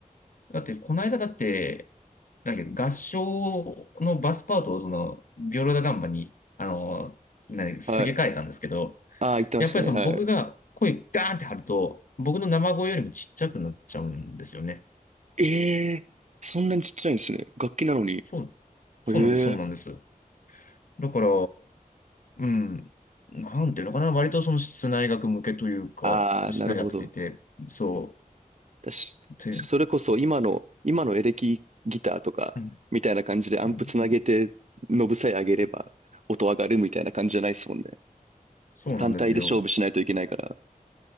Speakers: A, on the left; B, on the right.
A: だってこの間だって、なんだっけ合唱のバスパートをその、ビオラダガンバに、あの、なすげ替えたんですけど、
B: はい。ああ、言ってましたね。
A: やっぱりその僕が声ガーンって張ると、
B: はい。
A: 僕の生声よりもちっちゃくなっちゃうんですよね。
B: ええそんなにちっちゃいんですね。楽器なのに。
A: そう、そうなんです、
B: ええ
A: そうなんです。だから、うん、なんていうのかな、割とその室内楽向けというか、
B: ああ、
A: 室内楽って言って、
B: なるほど。
A: そ
B: だし、
A: う、ってあれですね。
B: それこそ今の、今のエレキギターとか、
A: うん
B: みたいな感じでアンプつなげて、
A: うん
B: ノブさえ上げれば音上がるみたいな感じじゃないですもんね。
A: そうなんですよ。
B: 単体で勝負しないといけないから。